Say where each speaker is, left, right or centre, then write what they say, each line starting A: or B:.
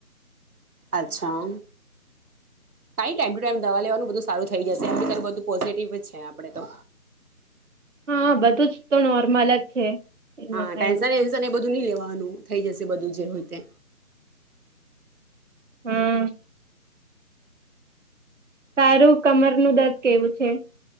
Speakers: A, on the right; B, on the right.
A: અચ્છા. કાંઈ ટાઈમ ટુ ટાઈમ દવા લેવાનું બધું સારું થઈ જશે એમ તો તારુ બધું પોઝિટિવ જ છે આપણેે તો
B: હા બધું જ તો નોર્મલ જ છે. એમાં
A: હા
B: કઈ
A: ટેન્સન
B: નથી
A: એન્ડ એ બધુ ની લેવા નું થઈ જશે બધું જે હોય તે
B: હમ્મ. તારું કમરનું દર્દ કેવું છે?